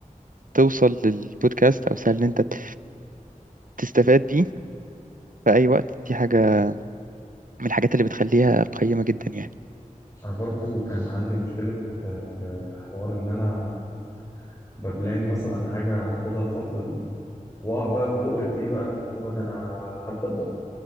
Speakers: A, on the right (about 70°); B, on the left (about 25°).
A: توصل للبودكاست أو سهل إن أنت ت- تستفاد بيه في أي وقت دي حاجة من الحاجات اللي بتخليها قيمة جدا يعني
B: أنا برضو كان عندي مشكلة آه، في حوار إن أنا ببلان مثلا حاجة هاخدها الفترة دي وأقع بقى في بؤرة إيه بقى اللي هو ده أنا هبدأ بكرة